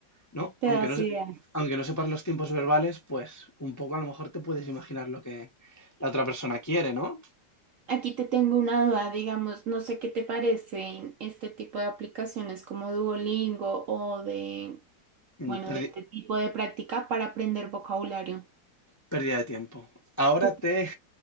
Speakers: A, on the left; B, on the right.
A: ¿no?
B: Te
A: Aunque
B: das
A: no, se-
B: idea.
A: aunque no sepas los tiempos verbales, pues un poco a lo mejor te puedes imaginar lo que la otra persona quiere, ¿no?
B: Aquí te tengo una duda, digamos, no sé qué te parecen este tipo de aplicaciones como Duolingo o de,
A: Mm,
B: bueno,
A: perdi-
B: de este tipo de práctica para aprender vocabulario.
A: pérdida de tiempo. Ahora
B: ¿Qué te-
A: te